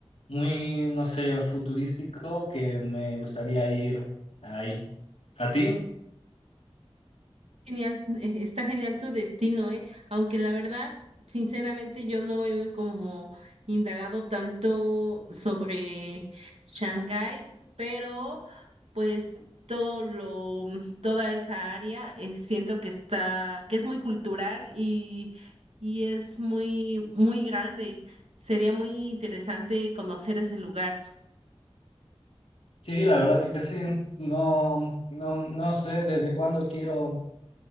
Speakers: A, on the left (about 80°); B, on the right (about 85°).
A: muy, no sé, futurístico que me gustaría ir ahí. ¿A ti?
B: Genial, eh, está genial tu destino, ¿eh? Aunque la verdad, sinceramente, yo no he como indagado tanto sobre Shanghái, pero pues todo lo, toda esa área, eh, siento que está, que es muy cultural y, y es muy, muy grande. Sería muy interesante conocer ese lugar.
A: Sí, la verdad que sí. No, no, no sé desde cuándo quiero,